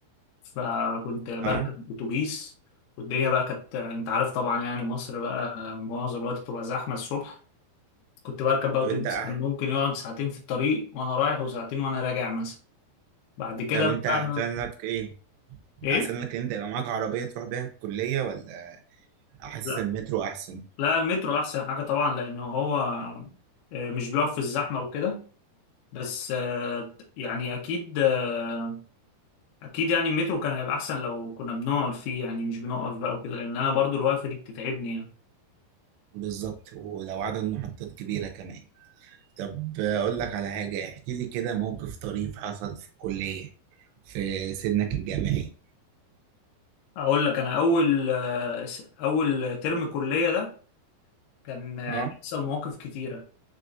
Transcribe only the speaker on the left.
فكنت بركب
اتوبيس والدنيا بقى كانت انت عارف طبعا يعني مصر بقى معظم الوقت بتبقى زحمه الصبح كنت بركب بقى
اتوبيس
كان ممكن يقعد ساعتين في الطريق وانا رايح وساعتين وانا راجع مثلا بعد كده
بقى
ايه
لا
لا المترو احسن حاجه طبعا لانه هو آه، مش بيقف في الزحمه وكده بس آه، يعني اكيد آه، اكيد يعني المترو كان هيبقى احسن لو كنا بنقعد فيه يعني مش بنقف بقى وكده لان انا برضو الوقفه دي بتتعبني يعني
اقول لك انا اول آه، اول ترم كليه ده كان آه،
بيحصل مواقف كتيره